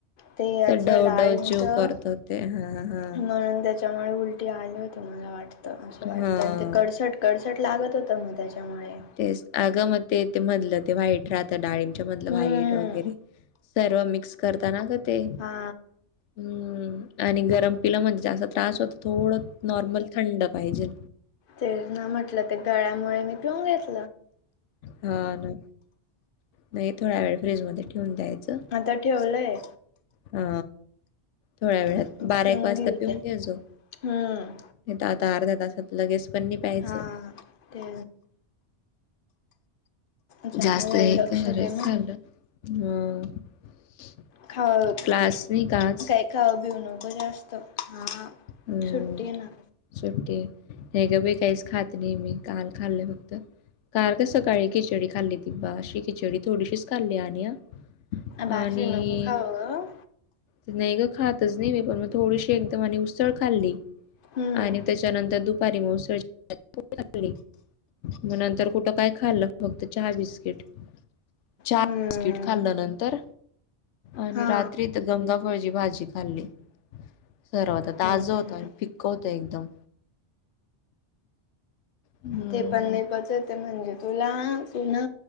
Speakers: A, on the left (about 55°); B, on the left (about 85°).
A: ते याच
B: असं डव
A: डाळिंब
B: डव
A: मचं
B: ज्यू करतं ते. हां, हां.
A: म्हणून त्या त्याच्यामुळे उलटी आली होते मला वाटतं असं वाटतं
B: हां.
A: आणि ते कडसट कडसट लागत होत मग त्याच्यामुळे
B: ते अगं मग ते ते मधलं ते व्हाईट राहतं डाळिंब मधलं
A: हम्म
B: व्हाईट वगैरे सर्व मिक्स करताना ग ते
A: हा.
B: हम्म, आणि गरम पिला म्हणजे जात त्रास होत थोडं नॉर्मल थंड पाहिजे.
A: ते ना म्हटलं ते गळ्यामुळे मी पिऊन घेत
B: हा ना, नाही थोडा वेळ फ्रीज मध्ये ठेऊून द्यायचं.
A: आता ठेवलं आहे.
B: हा थोड्या वेळात
A: आता
B: बारा एक वाजता
A: घेईल
B: पिऊन
A: ते
B: घ्यायचं.
A: हम्म
B: नाही तर आता अर्ध्या तासात लगेच पण नाही प्यायचंम्
A: हा ते चार
B: जास्त
A: वेळ
B: हे
A: लक्ष
B: खर
A: दे मग
B: खालं ह
A: खाव,
B: क्लास नाही का आज?
A: काय खाऊ बिऊ नको जास्त हा,
B: हम्म
A: सुट्टी आहे ना
B: सुट्टी, हे ग बाई काहीच खात नाही मी काल खाल्ले फक्त काल का सकाळी खिचडी खाल्ली अशी खिचडी थोडीशीच खाल्ली आणि हा आणि,
A: बाशी नको खाऊ ग
B: नाही ग खातच नाही मी पण मग थोडी तिन्ही तर म्हणे उसळ खाल्ली
A: हम्म
B: आणि त्याच्यानंतर दुपारी उसळ खाल्ली तर मग त्याच्यानंतर कुठे काय खाल्लं <unintelligible> फक्त चहा बिस्किट, चहा
A: हम्म
B: बिस्किट खाल्लं नंतर? आणि
A: हा
B: रात्रीत गंगाफळची भाजी खाल्ली. सर्व होता ताजं
A: हम्म
B: होतं आणि फिक्क होत एकदम हं.
A: ते पण नाही पचत म्हणजे तुला तू ना